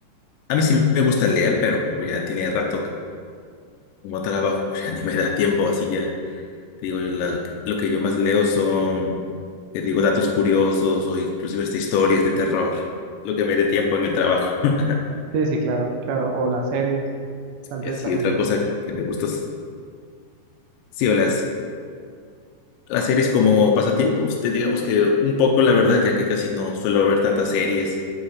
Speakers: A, on the left; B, on the right.
A: a mí sí me gusta leer, pero como ya tiene rato como trabajo, pues ya ni me da tiempo, así ya, te digo, yo la- lo que yo más leo son, te digo, datos curiosos o inclusive hasta historias de terror, lo que me dé tiempo en el trabajo. <laughs>
B: Sí, sí, claro, claro. O las series, tal
A: Y
B: vez
A: así,
B: también.
A: otra cosa que me gusta Sí, o las, las series como pasatiempos, te digamos que un poco la verdad, ya que casi no suelo ver tantas series.